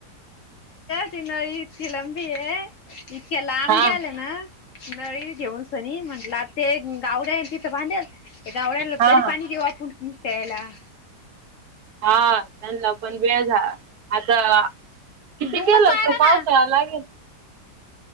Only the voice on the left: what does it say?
ती न इतकी लांबी आहे इतक्या लांब
ग्याले ना. नाही घेऊनसनी, नाही म्हंटलं ते गावड्या तिथं बांधेल. ए ग आवडायला
तरी
पाणी देऊ आपणकता यायला.
दुमच
मारा
ना